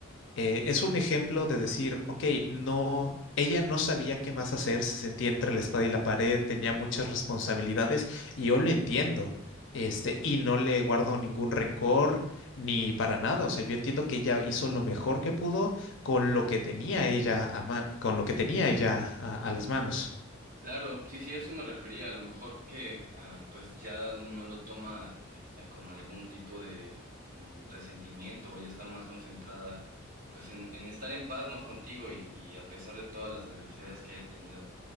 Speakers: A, on the left; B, on the right.
A: eh, es un ejemplo de decir, ok, no, ella no sabía qué más hacer, se sentía entre la espada y la pared, tenía muchas responsabilidades y yo lo entiendo. Este, y no le guardo ningún rencor ni para nada. O sea, yo entiendo que ella hizo lo mejor que pudo con lo que tenía ella a ma- con lo que tenía ella a, a las manos.
B: Claro, sí, sí, a eso me refería. A lo mejor que ah, pues ya no lo toma eh, con algún tipo de mm, resentimiento o ya está más concentrada pues en, en estar en paz, ¿no? Contigo y, y a pesar de todas las adversidades que haya tenido,